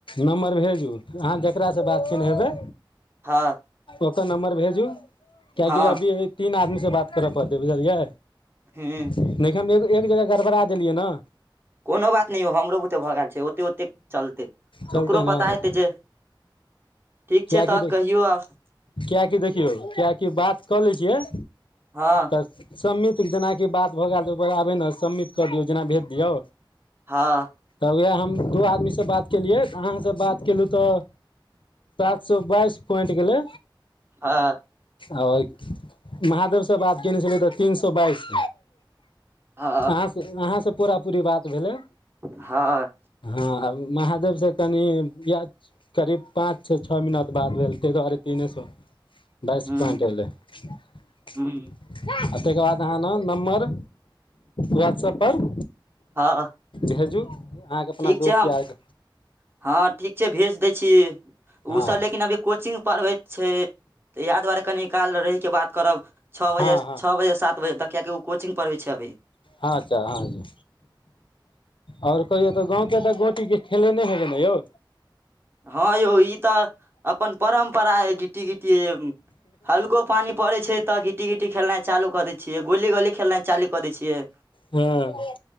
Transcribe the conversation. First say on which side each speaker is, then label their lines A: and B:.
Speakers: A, on the left; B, on the right.
A: नम्बर भेजू अहाँ जकरासँ बात केने हेबै
B: हँ।
A: ओकर नम्बर भेजू कियकि
B: हँ
A: अभी तीन आदमी से बात करऽ पड़तै बुझलियै
B: हूँ
A: नहि हम एक जगह गड़बड़ा देलियै ने।
B: कोनो बात नहि यौ हमरो बुते भऽ गेल छैय, ओते- ओते चलतै
A: चलतै
B: ओकरो
A: ने
B: पता हेतै जे ठीक
A: किएकि
B: छै तऽ कहियौ आर।
A: किएकि देखियौ किएकि बात कऽ लै छियै
B: हँ।
A: तऽ सम्मिट जेनाकि बात भऽ गेलऽ आबे ने सम्मिट कऽ दियौ जेना भेज दियौ
B: हँ।
A: तऽ उएह हम दू आदमी से बात केलियै अहाँसँ बात केलहुँ तऽ एक सए बाइस पोइन्ट गेलै
B: हँ
A: आओर महादेवसँ बात कयने छलै तऽ तीन सए बाइस
B: हँ
A: अहाँ से, अहाँ से पूरा पूरी बात भेलै।
B: हँ।
A: हँ, आ महादेव से कनि य करीब पाँच छ छओ मिनट बात भेल ताहि दुआरे तीने सए बाइस
B: हूँ
A: पॉइंट एलै। आ तय
B: हूँ
A: के बाद अहाँ ने नम्बर व्हाट्सएप पर
B: हँ।
A: भेजू। अहाँके अपना
B: ठीक छैय
A: दोस्त
B: हम
A: यारके
B: हँ ठीक छैय भेज दै छी ओ
A: हँ
B: सब लेकिन अभी कोचिंग पढ़बैत छैय तऽ इएह दुआरे कनि काल रहिके बात करब। छः बजे,
A: हँ हँ
B: छः बजे, सात बजे तक किएकि ओ कोचिग पढ़ै छैय अभी।
A: अच्छा हँ जी। आओर कहियौ तऽ गाँव के तऽ गोटीके खेलेने हेबै ने यौ।
B: हँ यौ ई तऽ अपन परम्परा अइ गिट्टी गिट्टी हल्को पानी पड़ै छैय तऽ गिट्टी-गिट्टी खेलनाय चालू कऽ दै छियै गुल्ली गोली खेलनाइ चालू क देय छियै।
A: हँ